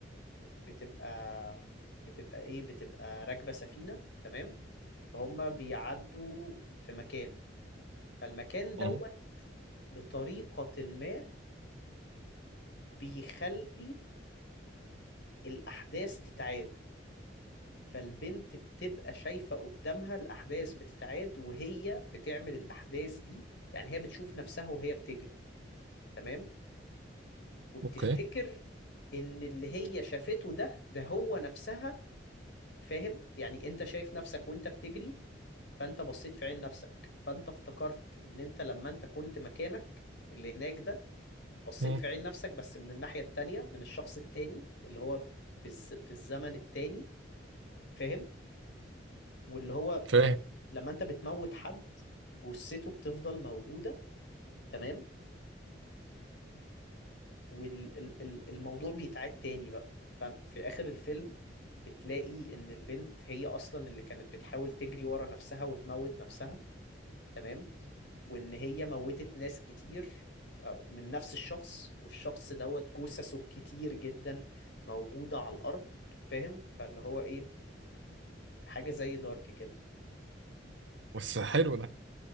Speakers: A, on the left; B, on the right.
A: بتبقى بتبقى ايه بتبقى راكبة سفينة تمام فهم بيعدوا في مكان فالمكان دوت
B: أه.
A: بطريقة ما بيخلي الأحداث تتعاد فالبنت بتبقى شايفة قدامها الأحداث بتتعاد وهي بتعمل الأحداث دي يعني هي بتشوف نفسها وهي بتجري تمام وبتفتكر
B: اوكي
A: ان اللي هي شافته ده ده هو نفسها فاهم يعني انت شايف نفسك وانت بتجري فانت بصيت في عين نفسك فانت افتكرت ان انت لما انت كنت مكانك اللي هناك ده بصيت
B: أه.
A: في عين نفسك بس من الناحية التانية من الشخص التاني اللي هو في الز... في الزمن التاني فاهم واللي هو
B: فاهم
A: لما انت بتموت حد جثته بتفضل موجودة تمام والموضوع بيتعاد تاني بقى ففي آخر الفيلم بتلاقي إن البنت هي أصلا اللي كانت بتحاول تجري ورا نفسها وتموت نفسها تمام وإن هي موتت ناس كتير أو- من نفس الشخص والشخص دوت جثثه كتير جدا موجودة على الأرض فاهم فاللي هو إيه حاجة زي دارك كده
B: بس حلو ده